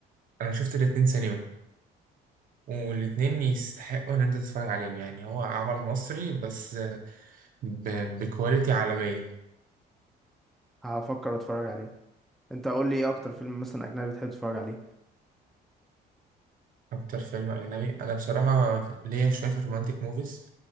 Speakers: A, on the right; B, in the centre.
A: انا شفت الاتنين سينما والاتنين يستحقوا ان انت تتفرج عليهم يعني هو عمل مصري بس ب... بكواليتي عالمية
B: هفكر اتفرج عليه انت قول لي ايه اكتر فيلم مثلا اجنبي بتحب تتفرج عليه
A: اكتر فيلم اجنبي انا بصراحة ليا شوية في الرومانتيك موفيز